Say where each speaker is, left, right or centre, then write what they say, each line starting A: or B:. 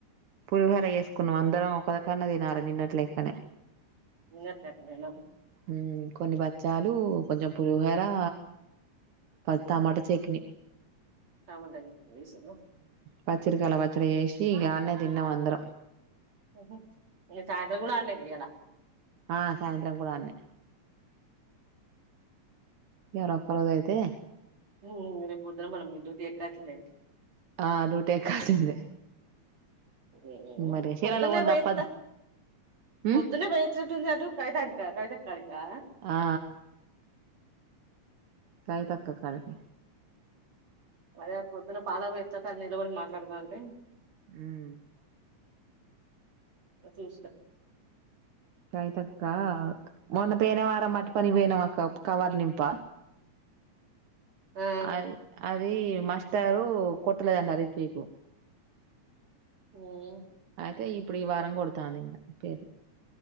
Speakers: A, on the right; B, on the right.
A: పులిహోర చేసుకున్నాం అందరం ఒక దగ్గర తినాలలే నిన్నటి లెక్కనే
B: ఇన్నత్ కట్టడం
A: ఉమ్ కొన్ని బచ్చాలు కొంచెం పులిహోరా ప తమాట చక్నీ
B: టమాట ఏసిర్రా
A: పచ్చరికయల పచ్చడ చేసి ఇగ ఆన్నే తిన్నమందరం ఇగ
B: ఒహో ఇంగ సాయంత్రం కూడ అడనే కద ఇయాల
A: ఆ సాయంత్రం కూడ ఆన్నే ఇయాల ఒక్క రోజయితే
B: మ్మ్ రేపు పొద్దున మల్ల మీ డ్యూటి ఎక్కాల్సిందే
A: ఆ డ్యూటీ ఎక్కాల్సిందే
B: ఉఉ
A: మరి
B: పొద్దున్నే
A: చీరాల పోను
B: పోయత్త
A: తప్పదు
B: పొద్దునే
A: మ్
B: పోయోచినట్టు ఉంది అటు కవితాంటికాడిక కవితక్కడికా
A: ఆ కవితక్కకాడికి
B: అదే పొద్దున పాలకు పోయాత్తత్తంటే అ నీలబడి మాట్లాడతాంటె
A: ఉమ్
B: చేసిన
A: కవితక్క మొన్న పైన వారం మట్ పని పోయినం అక్క కవర్లు నింప
B: ఆ
A: అ అ వీ మాస్టారు కొట్టలేదంట రీత్వికు
B: ఉమ్
A: తే ఇప్పుడు ఈ వారం కొడతాందింగ పేర్లు